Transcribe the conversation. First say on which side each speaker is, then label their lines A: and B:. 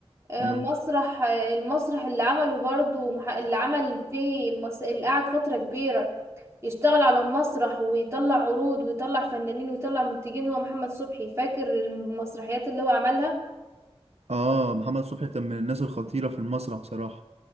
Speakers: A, on the right; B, on the right.
A: آه،
B: مم.
A: مسرح آه، المسرح اللي عمله برضو مح- اللي عمل فيه مس... اللي قعد فترة كبيرة يشتغل على المسرح ويطلع عروض ويطلع فنانين ويطلع منتجين هو محمد صبحي فاكر المسرحيات اللي هو عملها
B: اه محمد صبحي كان من الناس الخطيرة في المسرح صراحة